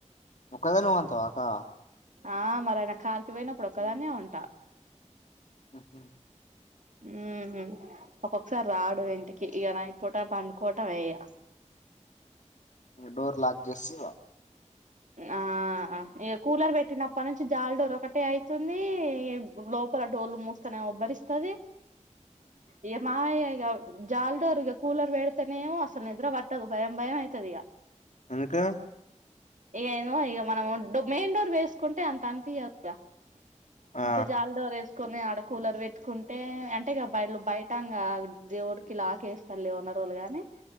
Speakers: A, on the left; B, on the right.
A: ఒక్క దానివే ఉంతవా అక్కా?
B: ఆ మరి ఆయన కార్కి పోయినప్పుడు ఒకదాన్నే ఉంటా.
A: ఉహుమ్
B: ఊమ్ ఒక్కొక్కసారి రాడు ఇంటికి ఇగ నైట్ పూట పండుకోటమే ఇగా
A: ఇంగ డోర్ లాక్ చేసి
B: ఆ ఇగ కూలర్ పెట్టినప్పటి నుంచి జాలిడోరు ఒకటే అయితుంది. లోపల డోర్లు మూస్తేనేమో ఒబ్బరిస్తది ఇగ మావయ్య ఇగ జాలి డోర్ ఇగ కూలర్ పెడితేనేమో అసలు నిద్ర పట్టదు భయం భయం అయితది ఇగా
A: ఎందుకు?
B: ఏమో ఇగ మనం డో మెయిన్ డోర్ వేసుకుంటే అంత అనిపియ్యదు ఇగా ఫస్ట్
A: ఆ
B: జాలిడోర్ ఏస్ కొని ఆడ కూలర్ పెట్టుకుంటే అంటే ఇగ బయలు బయట ఇంగా దేవుడికి లాకేస్తా <unintelligible> తోళ్ళు గానీ